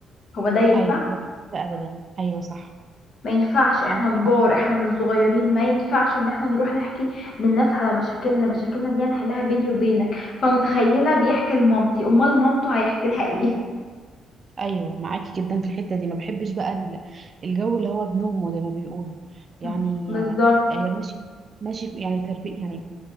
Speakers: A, on the left; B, on the right.
A: هو ده ينفع
B: ايوه ما بحبش ابدا ايوه صح
A: ما ينفعش احنا
B: عندك
A: كبار
B: حق
A: احنا مش صغيرين ما ينفعش ان احنا نروح نحكي للناس على مشاكلنا مشاكلنا دي هنحلها بيني وبينك فمتخيلة بيحكي لمامتي امال مامته هيحكي لها ايه
B: ايوه معاكي جدا في الحته دي ما بحبش بقى ال- الجو اللي هو بنومه زي ما بيقولوا يعني
A: <laughs> بالظبط
B: آه، ماشي ماشي ب- يعني تربيه يعني